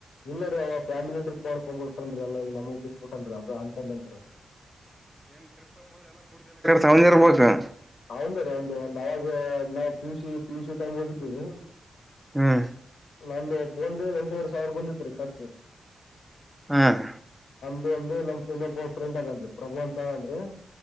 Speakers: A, on the left (about 75°); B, in the centre.
A: ಇಲ್ಲರೀ ಅವ ಫ್ಯಾಮಿಲಿ ಟ್ರಿಪ್ ಮಾಡ್ಕೊ್ಬ ಬಿಟ್ರನ್ರೀ ಎಲ್ಲಾ ಈಗ ನಮಗಗ್ ಬಿಟ್ಬ ಬಿಟನ್ರೀ ಅದ್ರ ಅಂತಲ್ಲಿ ಅಂತತ್ರಿ
B: ತಂದಿ ಇರ್ಬೇಕು <inaudible>
A: ಅವಂದರಿ ಒಂದು ಒಂದ್ ಅವಾಗ ನಾವ್ ಪಿಯುಸ ಪಿಯ ಯುಸಿ ಟೈಮ್ ಹೇಗಿದ್ದೇವಿ <unintelligible>
B: ಹ್ಮ್
A: ನಾನಂದು ಬೊಂಡ ಎಂಟೂರು <inaudible> ಸರ್ಬಂದ ತ ರ ಕರ್ಚ <inaudible>
B: ಹಾ <inaudible>
A: ಇದು ಒಂದು ನಮ್ ಇನ್ನೊಬ್ ಫ್ರೆಂಡ್ ಅದನ್ರಿ ಪ್ರಭು ಅಂತ ಅಂದ್ರಿ